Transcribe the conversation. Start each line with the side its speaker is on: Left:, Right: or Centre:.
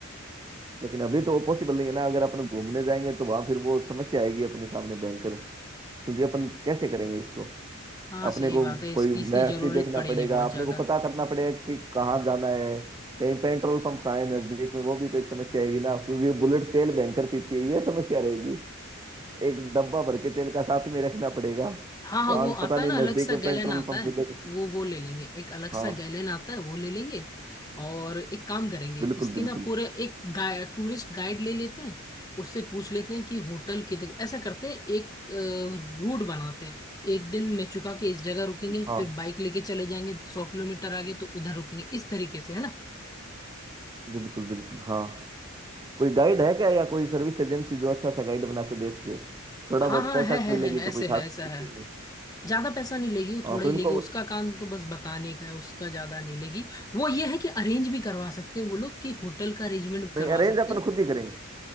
Right: लेकिन अभी तो वो पॉसिबल नहीं है ना अगर अपन घूमने जाएंगे तो वहां फिर वो समस्या आएगी अपने सामने भयंकर क्योंकि अपन कैसे करेंगे इसको
Left: हाँ
Right: अपने
Left: सही
Right: को
Left: बात है इसकी
Right: कोई
Left: इसकी
Right: मैप
Left: जरूरत
Right: भी देखना
Left: पड़ेगी
Right: पड़ेगा
Left: बहुत
Right: अपने
Left: ज्यादा
Right: को पता करना पड़ेगा कि कहाँ जाना है कहीं पेट्रोल पंप कहाँ है नजदीक में वो भी तो एक समस्या आएगी ना क्योंकि बुलेट तेल भयंकर पीती है ये समस्या रहेगी एक डब्बा भर के तेल का साथ में रखना पड़ेगा
Left: हाँ हाँ
Right: वहां
Left: वो
Right: पता
Left: आता
Right: नहीं
Left: है ना
Right: नजदीक
Left: अलग सा
Right: में
Left: गैलन
Right: पेट्रोल
Left: आता
Right: पंप
Left: है
Right: मिलेगा
Left: वो वो ले लेंगे एक अलग
Right: हाँ
Left: सा गैलन आता है वो ले लेंगे और एक काम करेंगे
Right: बिल्कुल
Left: इसके
Right: बिल्कुल
Left: ना पूरे एक गाय टूरिस्ट गाइड ले लेते हैं उससे पूछ लेते हैं कि होटल किधर ऐसा करते हैं एक रूट बनाते हैं एक दिन मेचुका के इस जगह रुकेंगे
Right: हाँ
Left: फिर बाइक लेके चले जाएंगे सौ किलोमीटर आगे तो उधर रुकेंगे इस तरीके से है ना
Right: बिल्कुल बिल्कुल हाँ कोई गाइड है क्या या कोई सर्विस एजेंसी जो अच्छा सा गाइड बना के दे सके थोड़ा
Left: हाँ
Right: बहुत
Left: हाँ
Right: पैसा
Left: है है
Right: मिलेगी
Left: है
Right: तो
Left: ऐसे
Right: कोई
Left: है
Right: खास
Left: ऐसा
Right: इश्यू
Left: है
Right: नहीं
Left: ज्यादा पैसा नहीं लेगी वो
Right: हाँ
Left: थोड़ा
Right: तो
Left: ही
Right: इनको
Left: लेगी उसका काम तो बस बताने का है उसका ज्यादा नहीं लेगी वो ये है कि अरेंज भी करवा सकते हैं वो लोग कि होटल का अरेंजमेंट
Right: नहीं
Left: करवा
Right: अरेंज
Left: सकते
Right: अपन
Left: हैं
Right: खुद ही करेंगे